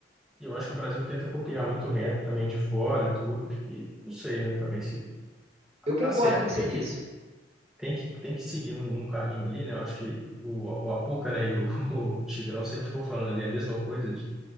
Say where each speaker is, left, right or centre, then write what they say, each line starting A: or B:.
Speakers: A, in the centre; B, on the right.
A: E eu acho que o Brasil tenta copiar muito o método também de fora e tudo. E não sei, né? Também se
B: Eu concordo
A: tá certo,
B: com você
A: tem
B: nisso.
A: que, tem que, tem que seguir num, num caminho ali, né? Eu acho que o, o Apuca, né, e o, <laughs> o Tigrão sempre ficam falando ali a mesma coisa de